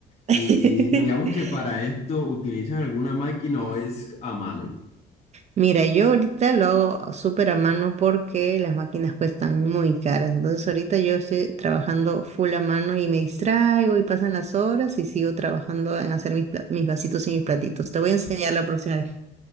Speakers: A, on the right; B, on the left.
A: <laughs>
B: Y digamos que para esto utilizan alguna máquina o es a mano,
A: Mira, yo ahorita lo hago súper a mano porque las máquinas cuestan muy caras. Entonces ahorita yo estoy trabajando full a mano y me distraigo y pasan las horas y sigo trabajando en hacer mis, pla- mis vasitos y mis platitos. Te voy a enseñar la próxima vez.